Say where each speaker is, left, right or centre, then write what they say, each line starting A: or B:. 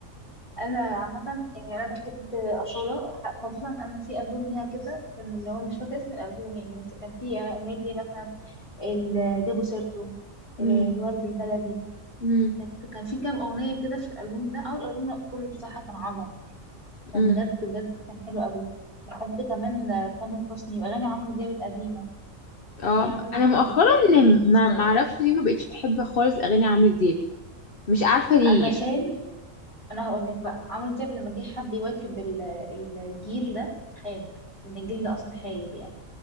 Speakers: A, on the left; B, on the left.
A: انا عامه يعني انا بحب اصاله خصوصا ان في البوم ليها كده كان اللي هو مش فاكره اسم الالبوم يعني بس كان في اغنيه ايه مثلا ال- جابوا سيرته
B: مم.
A: ال- الورد البلدي
B: مم.
A: كانت كان في كام اغنيه كده في الالبوم ده اول البوم كله بصراحه كان عظم كان
B: مم.
A: بجد بجد كان حلو قوي بحب كمان تامر حسني واغاني عمرو دياب القديمه اغاني
B: اه
A: عمرو دياب
B: انا مؤخرا
A: القديمه يعني ما لهاش
B: ما
A: زي
B: ما اعرفش ليه ما بقتش بحب خالص اغاني عمرو دياب مش عارفه ليه
A: علشان
B: يعني
A: انا هقول لك بقى عمرو دياب لما جه حب يواكب ال- ال- الجيل ده خاب لان الجيل ده اصلا خايب يعني